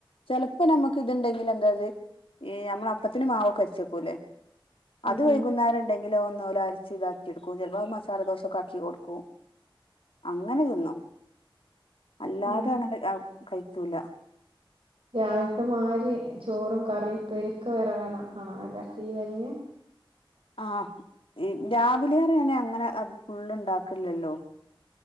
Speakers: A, on the left; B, on the right.
A: ചിലപ്പോ നമ്മുക്ക് ഇതുണ്ടെങ്കിൽ എന്തായത് ഈ നമ്മള അപ്പത്തിന്റെ മാവോക്കെ അടിച്ചുവെക്കുലെ
B: ഉം
A: അത് വൈകുന്നേരം
B: ഉം
A: ഉണ്ടെങ്കി ങ്കിലും ഒന്നുപോലെ അരിച്ചു ഇതാക്കിയെടുക്കും ചിലപ്പോ അത് മസ് സാലദോശൊക്കെ ആക്കി കൊടുക്കും അങ്ങനെതിന്നും അല്ലാതെ
B: ഉം
A: അങ്ങനെ രാവ് കഴിക്കൂല
B: രാവിൽത്തെ മാതിരി ചോറും കറിയും ഇപ്പേരി ഒക്കെ വേറെ വേറെ വേണം അല്ലെ ഈവനിംഗ്
A: ആഹ് രാവിലെ ഏറിയാനെ അങ്ങനെ അത് ഫുൾ ഉണ്ടാക്കില്ലല്ലോ